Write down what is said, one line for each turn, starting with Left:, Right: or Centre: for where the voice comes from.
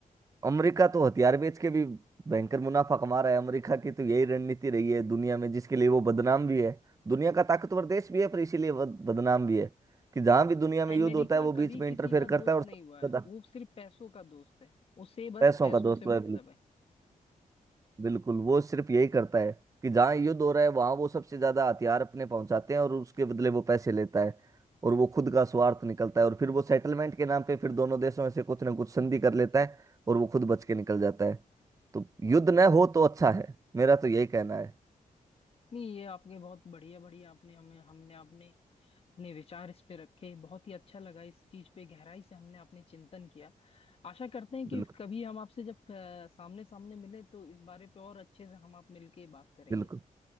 Right: अमेरिका तो हथियार बेच के भी भयंकर मुनाफा कमा रहा है अमेरिका की तो यही रणनीति रही है दुनिया में जिसके लिए वो बदनाम भी है दुनिया का ताकतवर देश भी है पर इसीलिए वो बदनाम भी है कि जहाँ भी दुनिया में
Left: अमेरिका
Right: युद्ध होता है वो बीच
Left: कभी
Right: में
Left: किसी
Right: इंटरफेयर
Left: का
Right: करता
Left: दोस्त
Right: है और
Left: नहीं
Right: सबसे
Left: हुआ है
Right: ज्यादा
Left: वो सिर्फ पैसों का दोस्त है उसे बस
Right: पैसों
Left: पैसों
Right: का दोस्त
Left: से
Right: वो है
Left: मतलब है
Right: बिल्कुल वो सिर्फ यही करता है कि जहाँ युद्ध हो रहा है वहां वो सबसे ज्यादा हथियार अपने पहुंचाते हैं और उसके बदले वो पैसे लेता है और वो खुद का स्वार्थ निकलता है और फिर वो सेटलमेंट के नाम पे फिर दोनों देशों में से कुछ ना कुछ संधि कर लेता है और वो खुद बच के निकल जाता है तो युद्ध न हो तो अच्छा है मेरा तो यही कहना है
Left: नहीं ये आपने बहुत बढ़िया बढ़िया आपने हमें हमने आपने अपने विचार इस पे रखे बहुत ही अच्छा लगा इस चीज पे गहराई से हमने अपने चिंतन किया आशा करते हैं कि
Right: बिल्कुल
Left: कभी हम आपसे जब सामने सामने मिले तो इस बारे पे और अच्छे से हम आप मिलके बात करेंगे
Right: बिल्कुल